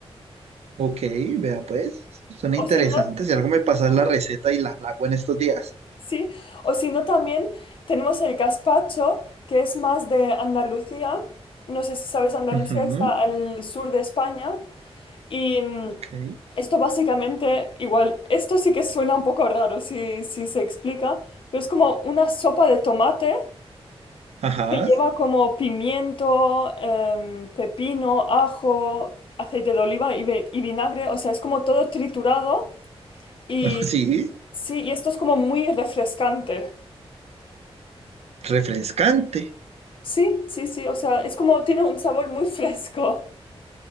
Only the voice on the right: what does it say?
Ok, vea pues. Son interesantes.
Si algo me pasas la
receta y la, la hago en estos días.
Ujú,
Ok.
Ajá.
<laughs> Sí.
Refrescante.